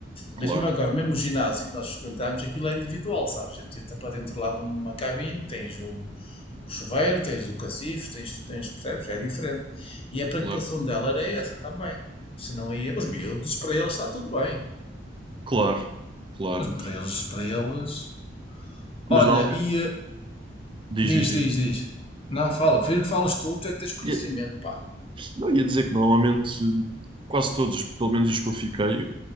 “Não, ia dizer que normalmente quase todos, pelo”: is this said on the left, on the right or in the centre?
Right